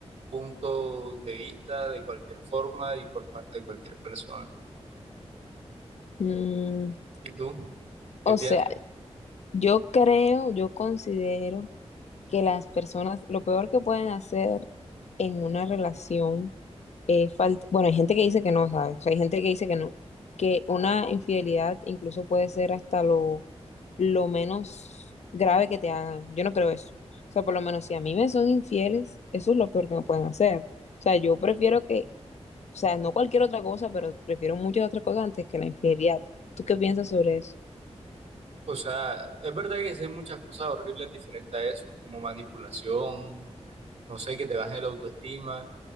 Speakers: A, on the right; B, on the left.
A: punto de vista, de cualquier forma y por parte de cualquier persona.
B: Mm,
A: ¿Y tú?
B: o
A: ¿Qué piensas?
B: sea, yo creo, yo considero que las personas, lo peor que pueden hacer en una relación es falta, bueno, hay gente que dice que no, ¿sabes? O sea, hay gente que dice que no, que una infidelidad incluso puede ser hasta lo, lo menos grave que te hagan. Yo no creo eso. O sea, por lo menos si a mí me son infieles, eso es lo peor que me pueden hacer. O sea, yo prefiero que, o sea, no cualquier otra cosa, pero prefiero muchas otras cosas antes que la infidelidad. ¿Tú qué piensas sobre eso?
A: O sea, es verdad que sí hay muchas cosas horribles diferentes a eso, como manipulación, no sé, que te bajen la autoestima,